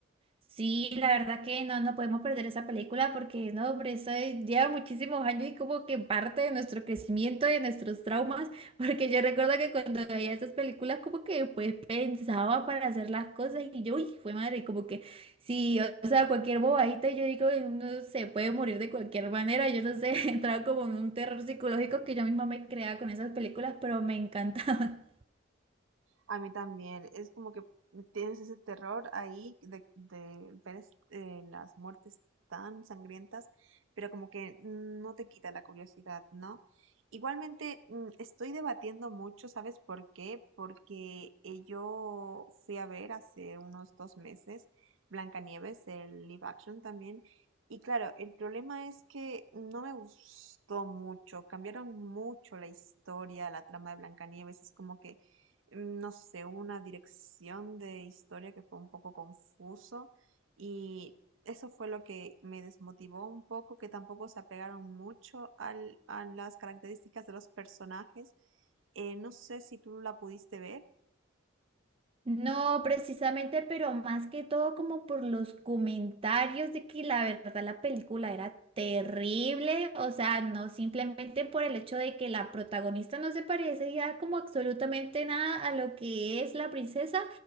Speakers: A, on the right; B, on the right.
A: Sí, la verdad que no, no podemos perder esa película porque no, hombre, eso es- lleva muchísimos años y como que parte de nuestro crecimiento, de nuestros traumas, <laughs> porque yo recuerdo que cuando veía esas películas como que pues pensaba para hacer las cosas y yo, uy, fue madre, como que sí, o sea, cualquier bobadita, yo digo, uno se puede morir de cualquier manera, yo no sé, <laughs> entraba como en un terror psicológico que yo misma me creaba con esas películas, pero me encantaba.
B: A mí también. Es como que tienes ese terror ahí de, de ver es- eh, las muertes tan sangrientas, pero como que no te quita la curiosidad, ¿no? Igualmente, mm, estoy debatiendo mucho, ¿sabes por qué? Porque eh, yo fui a ver hace unos dos meses Blancanieves, el live action también. Y claro, el problema es que no me gustó mucho, cambiaron mucho la historia, la trama de Blancanieves, es como que mm, no sé, hubo una dirección de historia que fue un poco confuso y eso fue lo que me desmotivó un poco, que tampoco se apegaron mucho al, a las características de los personajes. Eh, no sé si tú la pudiste ver.
A: No, precisamente, pero más que todo como por los comentarios de que la verdad la película era terrible, o sea, no simplemente por el hecho de que la protagonista no se parece ya como absolutamente nada a lo que es la princesa,